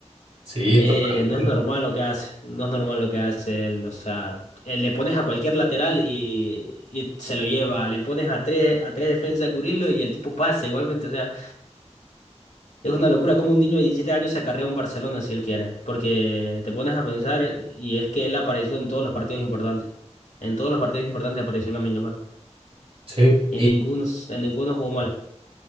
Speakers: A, on the right; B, on the left.
A: Sí,
B: Eh,
A: totalmente.
B: no es normal lo que hace, no es normal lo que hace él, o sea, eh, le pones a cualquier lateral y, y se lo lleva, le pones a tres, a tres defensas a cubrirlo y el tipo pasa igualmente, o sea es una locura como un niño de 17 años se acarrea un Barcelona si él quiere, porque te pones a pensar y es que él apareció en todos los partidos importantes. En todos los partidos importantes apareció Lamine Yamal.
A: Sí.
B: En ninguno, en ninguno jugó mal.